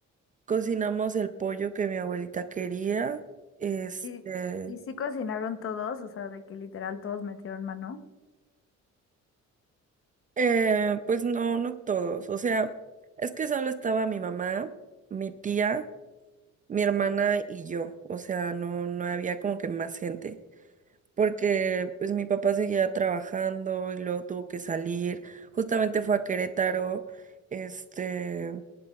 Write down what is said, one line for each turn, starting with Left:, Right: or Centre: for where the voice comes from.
Right: Cocinamos el pollo que mi abuelita quería. Este,
Left: ¿Y, y sí cocinaron todos? O sea, de que literal todos metieron mano.
Right: eh, pues no, no todos. O sea, es que solo estaba mi mamá, mi tía, mi hermana y yo. O sea, no, no había como que más gente. Porque pues mi papá seguía trabajando y luego tuvo que salir. Justamente fue a Querétaro. Este.